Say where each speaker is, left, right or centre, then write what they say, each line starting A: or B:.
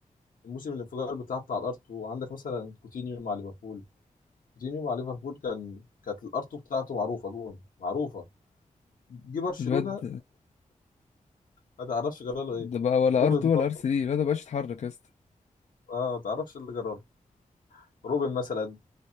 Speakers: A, on the left (about 80°); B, on the left (about 55°).
A: الموسم الانفجار بتاع بتاع الارت وعندك مثلا كوتينيو مع ليفربول كوتينيو مع ليفربول كان كانت الارتو بتاعته معروفه جون معروفه جه برشلونه
B: الواد
A: ما تعرفش جراله ايه
B: ده بقى ولا
A: روبن
B: ار 2 ولا
A: برضه
B: ار 3 الواد ده مبقاش يتحرك يا اسطى
A: اه ما تعرفش اللي جراله روبن مثلا